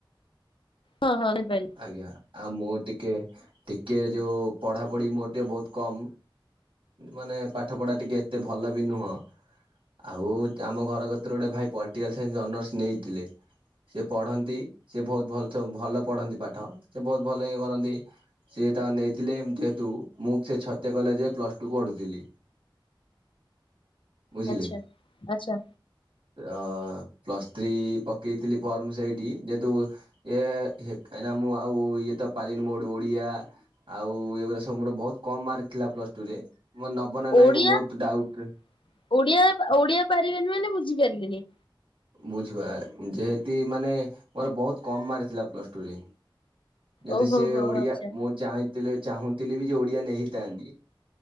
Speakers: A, on the left; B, on the right.
A: ଓ ହଣିପାରି
B: ଆଜ୍ଞା ଆଉ ମୁଁ ଟିକେ-ଟିକେ ଯୋଉ ପଢାପଢି ମୋର ଟିକେ ବହୁତ କମ୍। ମାନେ ପାଠ ପଢା ଟିକେ ଏତେ ଭଲ ବି ନୁହଁ। ଆଉ ଆମ ଘର କତିରେ ଗୋଟେ ଭାଇ ପଲଟିକାଲ ସାଇନ୍ସ ଅନର୍ସ ନେଇଥିଲେ। ସେ ପଢନ୍ତି ସେ ଭଉତ ଭଲ ଯୋ ଭଲ ପଢନ୍ତି ପାଠ ସେ ବହୁତ୍ ଭଲ ଇଏ କରନ୍ତି ସେ ସେ ତାଙ୍କ ନେଇଥିଲେ ଯେହେତୁ ମୁଁ ସେ ଛତିଆ କଲେଜେ ପ୍ଲସ୍ ଟୁ ପଢୁଥିଲି। ବୁଝିଲି
A: ଆଚ୍ଛା। ଆଚ୍ଛା
B: ଅ ପ୍ଲସ୍ ତ୍ରି ପକେଇଥିଲି ଫର୍ମ ସେଇଠି ଯେହେତୁ ଏ କାହିଁନା ମୁଁ ଆଉ ଇଏ ତ ପାରନି ମୋ ଓଡିଆ ଆଉ ଏଗୁରା ସବୁ ମୋର ଭହୁତ କମ୍ ମାର୍କ ଥିଲା ପ୍ଲସ ଟୁ ରେ। ମୋର ନବ ନା
A: ଓଡିଆ-ଓଡିଆ-ଓଡିଆ
B: ନାଇଁ ମୁଁ ବହୁତ ଡାଉଟ
A: ପାରିବେନି ମାନେ ବୁଝିପାରିଲିନି।
B: ବୁଝିବା ଯେହେତି ମାନେ ମୋର ବହୁତ କମ୍ ମାର୍କ ଥିଲା ପ୍ଲସ୍ ଟୁରେ। ଯଦି
A: ଓହୋ
B: ସେ
A: ହୋ
B: ଓଡିଆ
A: ଆଚ୍ଛା
B: ମୁଁ ଚାହିଁଥିଲେ ଚାହୁଁଥିଲି ବି ଯେ ଓଡିଆ ନେଇଥାନ୍ତି।